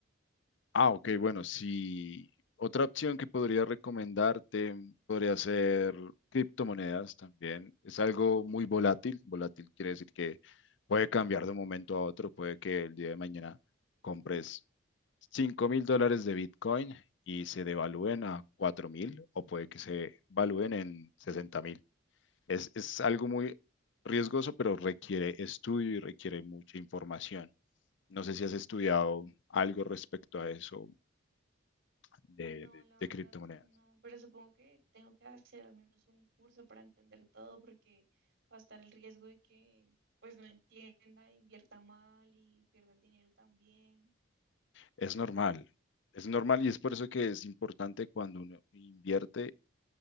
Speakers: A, on the left; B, on the right.
A: Ah, ok, bueno, sí. Otra opción que podría recomendarte podría ser criptomonedas también. Es algo muy volátil. Volátil quiere decir que puede cambiar de un momento a otro, puede que el día de mañana compres cinco mil dólares de Bitcoin y se devalúen a cuatro mil o puede que se valúen en sesenta mil. Es, es algo muy riesgoso, pero requiere estudio y requiere mucha información. No sé si has estudiado algo respecto a eso de,
B: No,
A: de,
B: la
A: de
B: verdad,
A: criptomonedas.
B: no. Pero supongo que tengo que hacer al menos un curso para entender todo, porque va a estar el riesgo de que pues no entienda, invierta mal y pierda el dinero también.
A: Es normal, es normal y es por eso que es importante cuando uno invierte